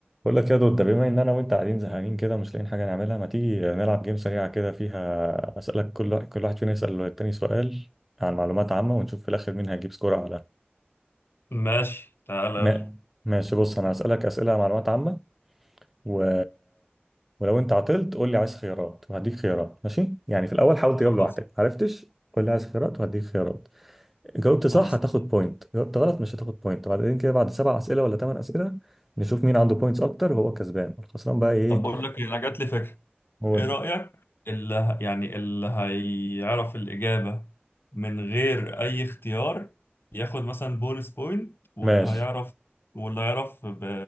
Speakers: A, in the centre; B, on the left.
A: بقول لك يا دود ده بما ان انا وانت قاعدين زهقانين كده مش لاقيين حاجه نعملها ما تيجي نلعب جيم سريعه كده فيها اسالك كل كل واحد فينا يسال التاني سؤال عن معلومات عامه ونشوف في الاخر مين هيجيب سكور اعلى
B: ماشي تعالى
A: ما... ماشي بص انا هسالك اسئله عن معلومات عامه و... ولو انت عطلت قول لي عايز خيارات وهديك خيارات ماشي يعني في الاول حاول
B: خلاص
A: تجاوب لوحدك عرفتش قول لي عايز خيارات وهديك خيارات جاوبت صح
B: خلاص
A: هتاخد
B: اتفقنا
A: بوينت جاوبت غلط مش هتاخد بوينت وبعدين كده بعد سبع اسئله ولا ثمان اسئله نشوف مين عنده بوينتس اكتر وهو كسبان الخسران بقى ايه
B: طب بقول لك إيه، انا جات لي فكره
A: هو
B: ايه رايك اللي ه- يعني اللي هيعرف الاجابه من غير اي اختيار ياخد مثلا بونس بوينت واللي
A: ماشي
B: هيعرف واللي هيعرف ب...